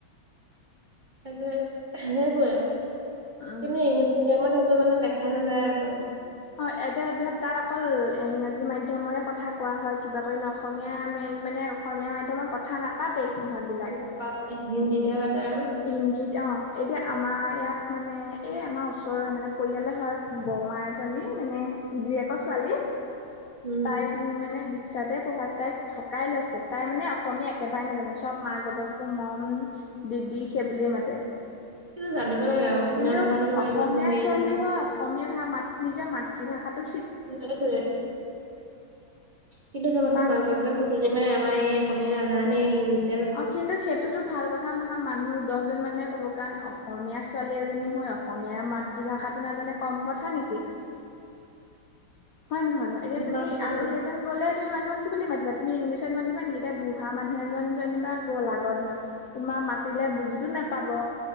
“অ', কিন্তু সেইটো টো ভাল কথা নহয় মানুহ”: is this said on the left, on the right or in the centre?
Left